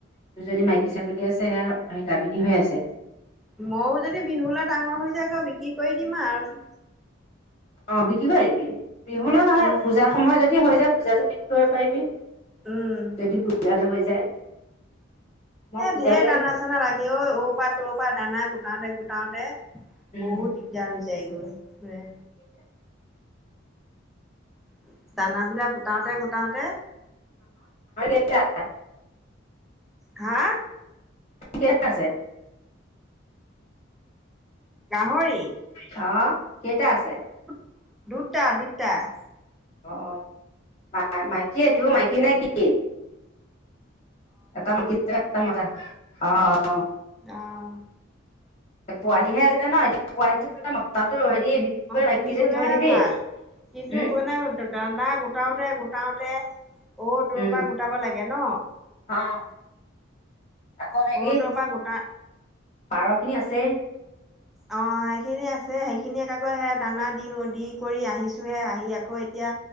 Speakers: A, on the left; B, in the centre.
A: দুজনী মাইকী ছাগলী আছে সেয়া হেয়া গা গাভিনী হৈ আছে।
B: মইও যদি বিহুলৈ ডাঙৰ হৈ যায়গৈ বিক্ৰী কৰি দিম আৰু
A: অহ, বিক্ৰী কৰিবি বিহুলৈ নহলে
B: উম
A: পূজাৰ সময় যদি হৈ যায় পূজাতে বিক তই পাৰিবি।
B: উম
A: যদি পূজালৈ হয় য যায়। মই
B: এ'
A: পূজালৈ
B: ধেৰ দানা -চানা লাগে ঐ অৰ পা তৰ খোৱা দানা গোটাওতে - গোটাওতে
A: উম
B: বহুত দিগদাৰ হৈছে । যাই গৈ। উ উম দানাবিলাক গোটাওতে গোটাওতে,
A: চাৰ
B: হা
A: কেইটা আছে
B: গাহৰি?
A: অ কে - টা আছে?
B: দুত- দুটা দুটা ।
A: অ মাই মাইকী এইটো, মাইকী নে কি? এটা মাইকি এটা মতা । অ অ। অঁ ।
B: অহ ।
A: পোৱালিহে আছিলে ন । পোৱালিটো মতাটো হেৰি বিক্ৰী কৰি মাইকীজনী
B: পুহিবলৈহে
A: থৈ দিবি
B: ভাল । কিন্তু
A: উম
B: মানে দানা গোটাওতে গোটাওতে, তে অ তৰ
A: উম
B: পৰা গোটাব লাগে ন?
A: অ আকৌ হেৰি
B: অ তৰ পৰা গোটা
A: পাৰ খিনি আছেই ।
B: অ সেইখিনি আছে । সেইখিনিক আকৌ সে দানা দি দি কৰি আহিছোহে, আহি আকৌ এতিয়া